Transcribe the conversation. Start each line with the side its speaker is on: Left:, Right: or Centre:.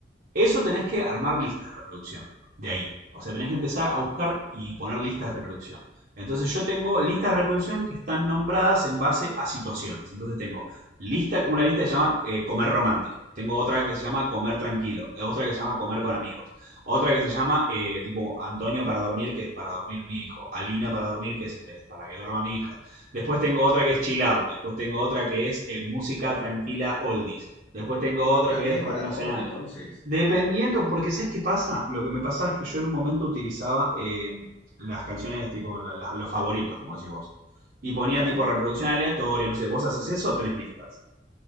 Right: Eso tenés que armar listas de reproducción, de ahí. O sea, tenés que empezar a buscar y poner listas de reproducción. Entonces yo tengo listas de reproducción que están nombradas en base a situaciones. Entonces tengo lista, una lista que se llama eh, comer romántico. Tengo otra que se llama comer tranquilo. eh, Otra que se llama comer con amigos. Otra que se llama eh, tipo Antonio para dormir, que es para dormir mi hijo. Alina para dormir, que es eh, para que duerma mi hija. Después tengo otra que es chill out. Después tengo otra que es eh, música tranquila oldies. Después tengo otra
Left: Ah,
Right: que
Left: tienes
Right: es rock
Left: para
Right: nacional.
Left: todo, entonces.
Right: Dependiendo, porque ¿sabes qué pasa? Lo que me pasaba es que yo en un momento utilizaba eh, las canciones de tipo la- la- los favoritos, como decís vos. Y ponía
Left: ¿Ya?
Right: tipo reproducción aleatoria, no sé, ¿vos haces eso o tenés listas?